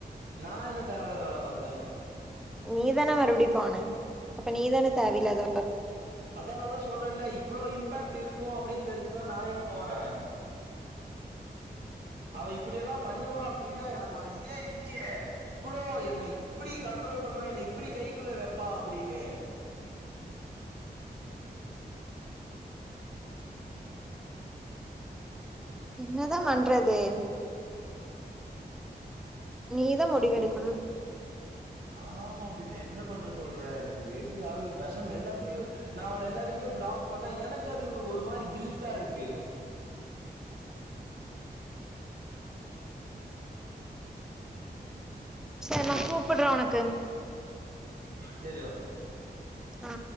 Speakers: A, on the right (about 80°); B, in the centre.
A: நா என்ன தேவ இல்லாத வேல பாத்தே
B: நீதான மறுபடி பான அப்ப நீதானதே விழாதவ
A: அதா நாதா சொல்றேல இவ்ளோ இம்பாக்ட் இருக்கோ அப்டின்னு தெரிஞ்சுந்தா நா ஏ போறே அவ இப்படி எல்லா பண்ணுவா அப்டினா எனக்கு ஒரு இதே இல்லியே இவ்ளோ என்ன இப்பிடி கண்ட்ரோல் பண்ணுவா என்ன இப்பிடி கைக்குள்ள வெப்பா அப்பிடின்னு
B: என்னதா பண்றது நீதா முடிவெடுக்கணு
A: ஆமா பின்ன என்ன பண்ண சொல்றே எனக்கு வெறி ஆகுது பேசாம எல்லாத்திலியு நா அவள எல்லாத்துலியுமே பிளாக் பண்ண எனக்கு அது ஒரு மாரி கில்டா இருக்கு
B: செரி நா கூப்புடுறே உனக்கு
A: செரி ஓகே
B: ஆ